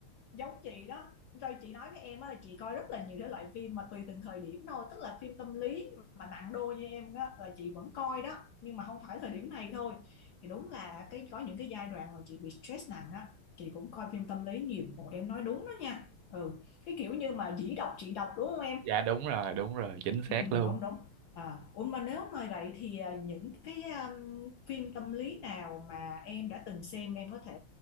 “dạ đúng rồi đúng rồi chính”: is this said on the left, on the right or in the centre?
Right